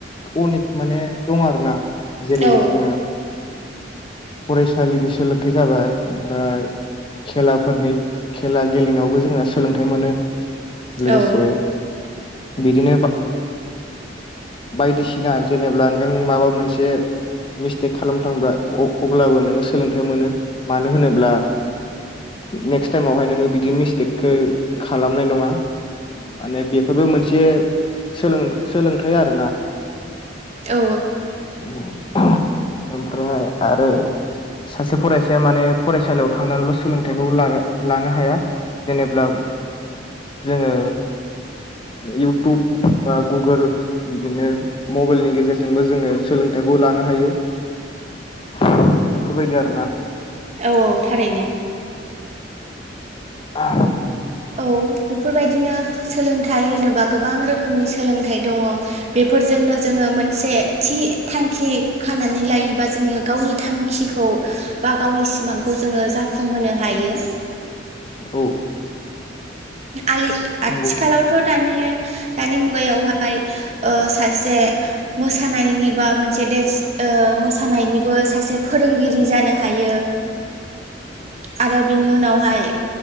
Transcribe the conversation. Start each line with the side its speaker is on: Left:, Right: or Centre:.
Left: अनेक माने दं आरोना जेरै
Right: औ
Left: जोङो फरायसालिनि सोलोंथाइ जाबाय ओमफ्राय खेलाफोरनि खेला गेलेनायावबो जोंहा सोलोंथाइ मोनो लोगोसे
Right: औ
Left: बिदिनो बायदिसिना जेनेबा नों माबा मोनसे मिस्टेक खालाम थां अब्लाबो नोङो सोलोंथाइ मोनो मानो होनोब्ला नेक्स्ट टाइमावहाय नोङो बिदि मिस्टेकखौ खालामनाय नङा माने बेफोरबो मोनसे सोलों सोलोंथाइ आरोना
Right: औ
Left: औ ओमफ्राय आरो सासे फरायसाया माने फरायसालियाव थांनानैल' सोलोंथाइखौ लानो हाया जेनेब्ला जोङो इउटुब बा गुगोल बिदिनो मबाइलनि गेजेरजोंबो जोङो सोलों सोलोंथाइखौ लानो हायो बेफोरबायदि आरो ना
Right: औ औ थारैनो
Left: औ
Right: औ बेफोरबायदिनो सोलोंथाइ होनोबा गोबां रोखोमनि सोलोंथाइ दङ बेफोरजोंनो जोङो मोनसे थि थांखि खानानै लायोबा जोङो गावनि थांखिखौ बा गावनि सिमांखौ जोङो जाफुंहोनो हायो
Left: औ
Right: आलि आथिखालावथ'
Left: नंगौ
Right: दानि मुगायावहाय सासे मोसानायनि बा मोनसे मोसानायनिबो सासे फोरोंगिरि जानो हायो आरो बिनि उनावहाय